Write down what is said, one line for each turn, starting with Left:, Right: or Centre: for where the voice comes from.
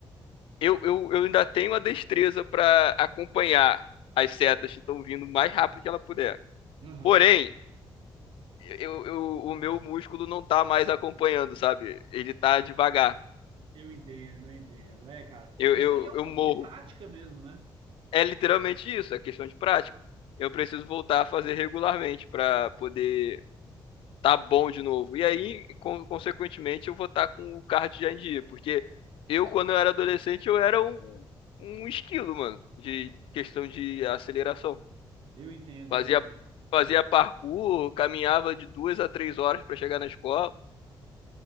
Left: eu, eu, eu ainda tenho a destreza pra acompanhar as setas que estão vindo o mais rápido que ela puder.
Right: Aham.
Left: Porém, eu, eu, o meu músculo não tá mais acompanhando, sabe? Ele tá devagar.
Right: Eu entendo, eu entendo. É, cara.
Left: Eu,
Right: Isso
Left: eu,
Right: aí é um
Left: eu
Right: pouco
Left: morro.
Right: de prática mesmo, né?
Left: É literalmente isso, é questão de prática. Eu preciso voltar a fazer regularmente pra poder tá bom de novo. E aí, con- consequentemente, eu vou estar com o card já em dia, porque eu, quando eu era adolescente, eu era um, um esquilo, mano, de questão de aceleração.
Right: Eu entendo,
Left: Fazia,
Right: eu entendo.
Left: fazia parkour, caminhava de duas a três horas para chegar na escola.